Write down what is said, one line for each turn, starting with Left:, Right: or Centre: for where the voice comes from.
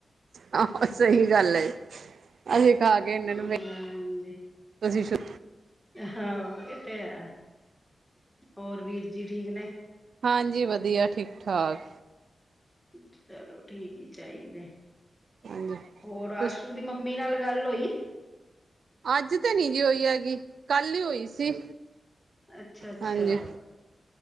Right: ਆਹੋ ਸਈ ਗੱਲ ਏ, ਅਸੀਂ ਖਾ ਕੇ ਇੰਨੇ ਨੂੰ ਵੇ
Centre: ਹਾਂਜੀ
Right: ਤੁਸੀ ਸ਼ੁ
Centre: ਹਾਂ ਏ ਤੇ ਹੈ, ਹੋਰ ਵੀਰ ਜੀ ਠੀਕ ਨੇ?
Right: ਹਾਂਜੀ ਵਦੀਆ ਠੀਕ- ਠਾਕ।
Centre: ਚਲੋ, ਠੀਕ ਈ ਚਾਈਦੇ
Right: ਹਾਂਜੀ
Centre: ਹੋਰ
Right: ਤੁਸ
Centre: ਆਸ਼ੂ ਦੀ ਮੰ ਮੀ ਨਾਲ ਗੱਲ ਹੋਈ?
Right: ਅੱਜ, ਤੇ ਨੀ ਜੀ ਹੋਈ ਹੈਗੀ। ਕੱਲ ਈ ਹੋਈ ਸੀ,
Centre: ਅੱਛਾ ਅੱਛਾ
Right: ਹਾਂਜੀ।